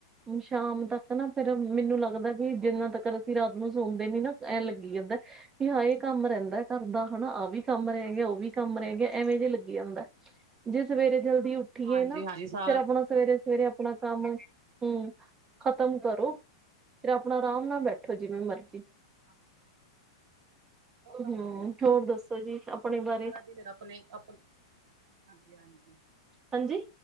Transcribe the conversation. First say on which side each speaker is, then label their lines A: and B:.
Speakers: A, on the right; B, on the right.
A: ਸ਼ਾਮ ਤੱਕ ਨਾ ਫੇਰ ਮੈਨੂੰ ਲੱਗਦਾ ਵੀ ਜਿੰਨਾ ਤੱਕ ਅਸੀਂ ਰਾਤ ਨੂੰ ਸੌਂਦੇ ਨੀ ਨਾ। ਐਂ ਲੱਗੀ ਜਾਂਦਾ ਵੀ ਹਾਂ ਇਹ ਕੰਮ ਰਹਿੰਦਾ ਕਾਰ ਦਾ, ਹਨਾ ਆਹ ਵੀ ਕੰਮ ਰਹਿ ਗਿਆ ਉਹ ਕੰਮ ਰਹਿ ਗਿਆ। ਐਵੇਂ ਜਏ ਲੱਗੀ ਜਾਂਦਾ ਐ, ਜੇ ਸਵੇਰੇ ਜਲਦੀ ਉਠੀਏ
B: ਹਾਂਜੀ
A: ਨਾ
B: ਹਾਂਜੀ ਸਾਰਾ
A: ਫੇਰ ਆਪਣਾ ਸਵੇਰੇ-ਸਵੇਰੇ ਅਪ ਆਪਣਾ ਕੰਮ, ਹੁੰ, ਖਤਮ ਕਰੋ। ਫੇਰ ਆਪਣਾ ਆਰਾਮ ਨਾਲ ਬੈਠੋ ਜਿਵੇਂ ਮਰਜ਼ੀ।
B: ਹਾਂਜੀ। ਉਹ ਤਾਂ
A: ਹੂੰ
B: ਹੈ ਹੀ ਐ,
A: ਹੋਰ ਦੱਸੋ ਜੀ ਆਪਣੇ ਬਾਰੇ
B: ਸਾਰਾ ਦਿ ਫਿਰ ਆਪਣੇ ਆਪ, ਹਾਂਜੀ-ਹਾਂਜੀ।
A: ਹਾਂਜੀ।